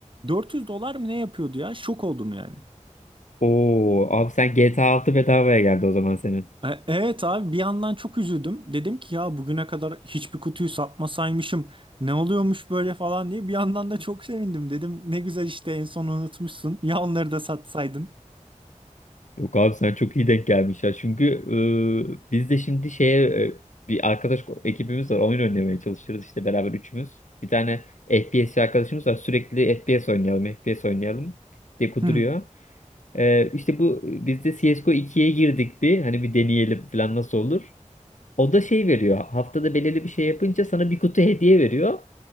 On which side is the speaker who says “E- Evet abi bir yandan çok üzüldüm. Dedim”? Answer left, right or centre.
Right